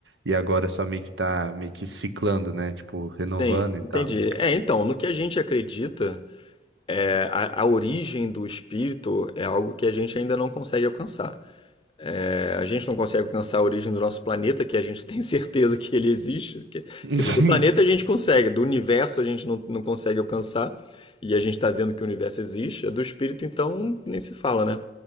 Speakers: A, on the right; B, on the left.
A: e agora só meio que tá meio que ciclando, né? Tipo, renovando
B: Sim,
A: e
B: entendi.
A: tal.
B: É, então, no que a gente acredita, é, a, a origem do espírito é algo que a gente ainda não consegue alcançar. É, a gente não consegue alcançar a origem do nosso planeta, que a gente <laughs> tem certeza que ele existe. Que, quer
A: <laughs>
B: dizer,
A: Sim,
B: do planeta a gente consegue, do universo a gente não, não consegue alcançar. E a gente está vendo que o universo existe. é Do espírito, então, nem se fala, né?